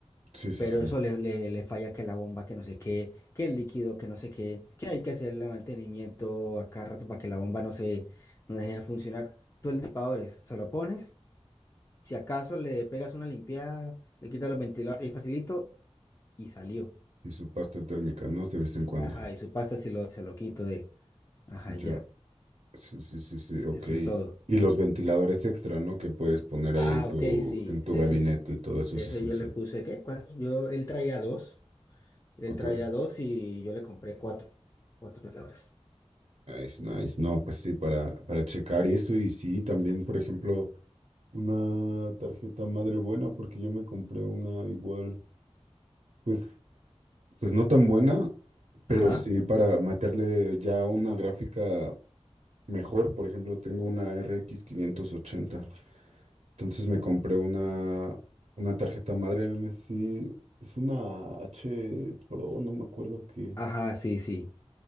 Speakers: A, on the right; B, on the left.
A: Sí, sí,
B: Pero
A: sí.
B: eso le, le, le falla que la bomba, que no sé qué, que el líquido, que no sé qué, que hay que hacerle mantenimiento a cada rato para que la bomba no se no deje de funcionar. Tú el disipador se lo pones, si acaso le pegas una limpiada, le quitas los ventiladores ahí facilito y salió.
A: Y su pasta térmica, ¿no? De vez en cuando.
B: Ajá, y su pasta se lo, se lo quito de, ajá,
A: Ya.
B: ya,
A: Sí, sí, sí, sí, ok.
B: eso es todo.
A: Y los ventiladores extra, ¿no? Que puedes poner ahí
B: Ah,
A: en tu,
B: ok, sí,
A: en tu
B: eso
A: gabinete
B: es,
A: y todo eso
B: ese
A: es esencial.
B: yo le puse, ¿qué? ¿Cuántos? Yo, él traía dos, él
A: Ok.
B: traía dos y yo le compré cuatro, cuatro veladores.
A: Nice, nice. No, pues sí, para, para checar eso y sí, también, por ejemplo, una tarjeta madre buena, porque yo me compré una igual, pues. pues no tan buena, pero
B: Ajá,
A: sí para meterle ya una gráfica mejor. Por ejemplo, tengo una RX ochenta, Entonces me compré una, una tarjeta madre MSI. Es una H Pro, no me acuerdo qué.
B: ajá, sí, sí.